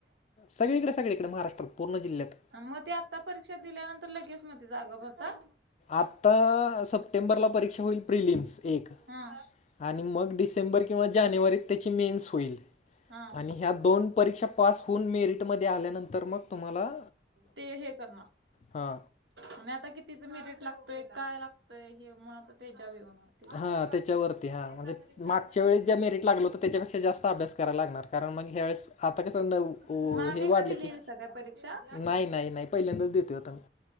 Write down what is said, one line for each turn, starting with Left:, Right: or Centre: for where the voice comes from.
Left: सगळीकडे सगळीकडे महाराष्ट्रात पूर्ण जिल्ह्यात.
Right: मग ते आत्ता परीक्षा दिल्यानंतर लगेच मग ते जागा भरता.
Left: आता सप्टेंबरला परीक्षा होईल प्रिलिम्स. एक
Right: हा
Left: आणि मग डिसेंबर किंवा जानेवारीत त्याची मेन्स होईल.
Right: हा
Left: आणि ह्या दोन परीक्षा पास होऊन मेरिट मध्ये आल्यानंतर मग तुम्हाला
Right: ते हे करणार
Left: हा
Right: आणि आता कितीच मेरिट लागतय काय लागतय हे मग आता त्याच्यावर हे होणार. चांले
Left: हा
Right: काय वाटतो
Left: त्याच्यावरती हा
Right: वे
Left: म्हणजे
Right: पां तरी चालत
Left: मागच्या वेळेस ज्या मेरिट लागलं
Right: बर उर
Left: होतं त्याच्यापेक्षा जास्त अभ्यास करायला लागणार कारण मग ह्यावेेळेस आता कसं न
Right: म अनी
Left: हे वाढलं
Right: एकदा दिलेलीसा
Left: की
Right: का काय परीक्षा
Left: नाही नाही नाही पहिल्यांदाच देतोय आता मी